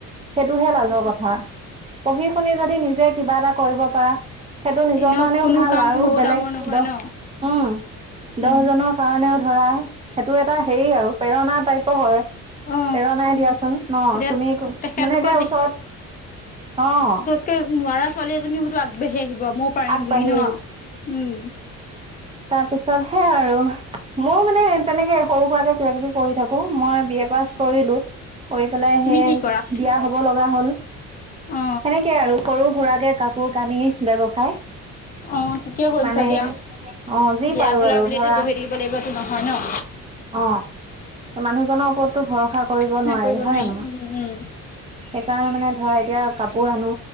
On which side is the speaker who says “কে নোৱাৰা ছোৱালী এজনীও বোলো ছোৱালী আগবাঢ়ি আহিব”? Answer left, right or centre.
Left